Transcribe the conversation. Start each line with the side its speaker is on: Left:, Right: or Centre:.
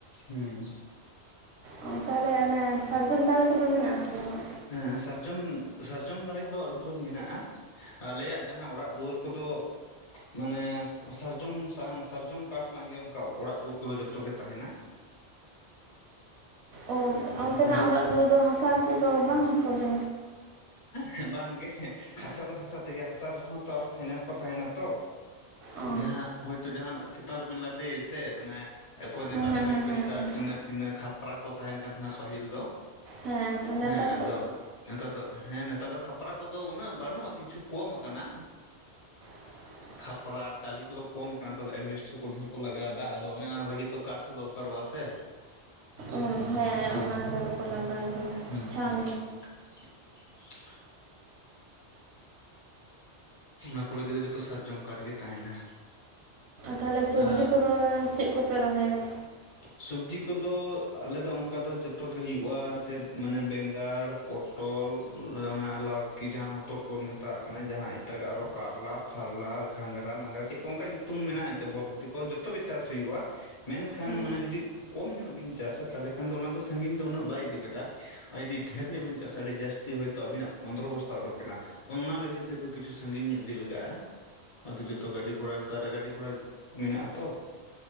Left: ᱦᱮᱸ ᱦᱮᱸ
Right: ᱚ ᱛᱟᱦᱚᱞᱮ ᱚᱱᱮ ᱥᱟᱨᱡᱚᱢ ᱫᱟᱨᱮ ᱠᱚᱫᱚ ᱢᱮᱱᱟᱜᱼᱟᱥᱮ ᱵᱟᱹᱱᱩᱜ?
Left: ᱦᱮᱸ ᱥᱟᱨᱡᱚᱢ ᱥᱟᱨᱡᱚᱢ ᱫᱟᱨᱮ ᱫᱚ ᱟᱹᱰᱤ ᱡᱳᱨ ᱢᱮᱱᱟᱜᱼᱟ᱾ ᱟᱞᱮᱭᱟᱜ ᱡᱟᱸᱦᱟ ᱚᱲᱟᱜ ᱫᱩᱣᱟᱹᱨ ᱠᱚᱫᱚ᱾ ᱢᱟᱱᱮ ᱥᱟᱨᱡᱚᱢ ᱥᱟᱦᱟᱱ ᱥᱟᱨᱡᱚᱢ ᱠᱟᱴ ᱨᱮᱱᱟᱜ ᱜᱮ ᱚᱱᱠᱟ ᱚᱲᱟᱜ ᱫᱩᱣᱟᱹᱨ ᱠᱚᱫᱚ ᱡᱚᱛᱚ ᱜᱮ ᱛᱟᱦᱮᱸᱱᱟ᱾ <unintelligible>
Right: ᱚ ᱚᱱᱛᱮᱱᱟᱜ
Left: ᱦᱮᱸ
Right: ᱚᱲᱟᱜ ᱫᱩᱣᱟᱹᱨ ᱫᱚ ᱦᱟᱥᱟ ᱛᱮ ᱫᱚ ᱵᱟᱝᱠᱚ ᱵᱮᱼᱼ
Left: ᱦᱮᱸ ᱵᱟᱝᱜᱮ ᱦᱟᱥᱟ ᱫᱚ ᱦᱟᱥᱟ ᱛᱮᱜᱮ ᱦᱟᱥᱟ ᱨᱮᱦᱚᱸ ᱛᱚ ᱟᱨᱚ ᱥᱮᱱᱮᱨ ᱠᱚ ᱛᱟᱸᱦᱮᱱᱟ ᱛᱚ᱾
Right: ᱚ
Left: ᱡᱟᱸᱦᱟ ᱦᱳᱭᱛᱳ ᱡᱟᱸᱦᱟᱱᱟᱜ ᱪᱮᱛᱟᱱ ᱨᱮᱵᱤᱱ ᱞᱟᱫᱮᱭ ᱥᱮ ᱚᱱᱮ᱾ ᱚᱠᱚᱭ ᱱᱮᱛᱟᱨ
Right: ᱦᱮᱸ ᱦᱮᱸ
Left: ᱫᱚ
Right: ᱦᱮᱸ
Left: ᱮᱰᱵᱮᱥᱴᱟᱨ
Right: ᱦᱮᱸ
Left: ᱴᱤᱱᱟᱹ ᱯᱷᱤᱱᱟᱹ ᱠᱷᱟᱯᱨᱟ ᱠᱚ ᱛᱟᱦᱮᱸᱱ ᱠᱟᱱ ᱛᱟᱦᱮᱸᱱᱟ ᱯᱟᱹᱦᱤᱞ ᱫᱚ᱾
Right: ᱦᱮᱸ ᱛᱚ ᱱᱮᱛᱟᱨ
Left: ᱦᱮᱸ ᱟᱫᱚ
Right: ᱫᱚ
Left: ᱱᱮᱛᱟᱨ ᱫᱚ᱾ ᱦᱮᱸ ᱱᱮᱛᱟᱨ ᱫᱚ ᱠᱷᱟᱯᱨᱟ ᱠᱚᱫᱚ ᱩᱱᱟᱹᱜ ᱵᱟᱹᱱᱩᱜᱼᱟ ᱠᱤᱪᱷᱩ ᱠᱚᱢ ᱠᱟᱱᱟ᱾
Right: <unintelligible>
Left: ᱠᱷᱟᱯᱨᱟ ᱴᱟᱹᱞᱤ ᱠᱚᱫᱚ ᱠᱚᱢ ᱠᱟᱱᱟ ᱱᱮᱛᱟᱨ ᱫᱚ ᱮᱰᱵᱮᱥᱴᱟᱨ ᱠᱚ ᱰᱷᱮᱨ ᱠᱚ ᱞᱟᱜᱟᱣᱮᱫᱟ ᱟᱫᱚ ᱚᱱᱮ ᱚᱱᱟ ᱞᱟᱹᱜᱤᱫ ᱫᱚ ᱠᱟᱴ ᱫᱚ ᱫᱚᱨᱠᱟᱨᱚᱜᱼᱟ ᱥᱮ᱾
Right: ᱩᱸ
Left: ᱦᱩᱸ
Right: ᱦᱮᱸ
Left: ᱦᱩᱸ
Right: ᱚᱱᱟ ᱨᱮᱫᱚ ᱠᱚ ᱞᱟᱜᱟᱣ ᱜᱮᱭᱟ
Left: ᱦᱩᱸ
Right: ᱪᱷᱟᱢ᱾
Left: ᱦᱩᱸ <unintelligible> ᱚᱱᱟ ᱠᱚ ᱞᱟᱹᱜᱤᱫ ᱫᱚ ᱡᱚᱛᱚ ᱥᱟᱨᱡᱚᱢ ᱠᱟᱴ ᱜᱮ ᱛᱟᱦᱮᱱᱟ᱾
Right: ᱛᱟᱦᱚᱞᱮ ᱥᱚᱵᱽᱡᱤ
Left: ᱟᱨ
Right: ᱠᱚᱫᱚ ᱪᱮᱫ ᱠᱚᱯᱮ ᱨᱚᱦᱚᱭᱟ᱾
Left: ᱥᱚᱵᱽᱡᱤ ᱠᱚᱫᱚ ᱟᱞᱮ ᱚᱱᱠᱟ ᱫᱚ ᱡᱚᱛᱚᱜᱮ ᱦᱩᱭᱩᱜᱼᱟ ᱮᱱᱛᱮᱫ ᱢᱟᱱᱮ ᱵᱮᱸᱜᱟᱲ᱾ ᱯᱚᱴᱚᱞ ᱚᱱᱟ ᱞᱟᱹᱣᱠᱤ ᱡᱟᱦᱟᱸ ᱦᱚᱛᱚᱫ ᱠᱚᱵᱚᱱ ᱢᱮᱛᱟᱜ ᱠᱟᱱᱟ ᱡᱟᱦᱟᱸ ᱮᱴᱟᱜ ᱟᱨᱚ ᱠᱟᱨᱞᱟ᱾ ᱯᱷᱟᱞᱞᱟ ᱜᱷᱟᱸᱜᱽᱨᱟ ᱢᱟᱝᱜᱽᱨᱟ ᱪᱮᱫ ᱠᱚ ᱚᱱᱠᱟ ᱧᱩᱛᱩᱢ ᱢᱮᱱᱟᱜᱼᱟ ᱮᱱ ᱵᱚᱨᱵᱚᱴᱤ ᱠᱚ ᱡᱚᱛᱚ ᱜᱮ ᱪᱟᱥ ᱦᱩᱭᱩᱜᱼᱟ ᱢᱮᱱᱼᱼ ᱠᱷᱟᱱ
Right: ᱦᱮᱸ
Left: ᱢᱟᱱᱮ ᱡᱩᱫᱤ᱾ ᱠᱚᱢ ᱧᱚᱜ ᱵᱤᱱ ᱪᱟᱥᱼᱟ ᱛᱟᱦᱚᱞᱮ ᱠᱷᱟᱱ ᱫᱚ ᱚᱱᱟ ᱫᱚ ᱥᱟᱺᱜᱤᱧ ᱫᱚ ᱩᱱᱟᱹᱜ ᱵᱟᱭ ᱤᱫᱤ ᱞᱟᱜᱼᱟ ᱡᱩᱫ ᱰᱷᱮᱨ ᱧᱚᱜ ᱵᱤᱱ ᱪᱟᱥᱼᱟ ᱟᱹᱰᱤ ᱡᱟᱹᱥᱛᱤ᱾ ᱠᱤ ᱡᱳᱭᱛᱳ ᱟᱵᱤᱱᱟᱜ ᱯᱚᱸᱫᱽᱨᱚ ᱵᱚᱥᱛᱟ ᱚᱰᱚᱜ ᱚᱱᱟ ᱞᱟᱹᱜᱤᱫ ᱛᱮᱫᱚ ᱠᱤᱪᱷᱩ ᱥᱟᱺᱜᱤᱧ ᱧᱚᱜ ᱤᱫᱤ ᱞᱟᱜᱟᱜᱼᱟ᱾ ᱟᱫᱚ ᱡᱚᱛᱚ ᱜᱟᱹᱰᱤ ᱜᱷᱚᱲᱟ ᱱᱮᱛᱟᱨ ᱜᱟᱹᱰᱤ ᱜᱷᱚᱲᱟ ᱠᱚ ᱢᱮᱱᱟᱜᱼᱟ ᱛᱚ᱾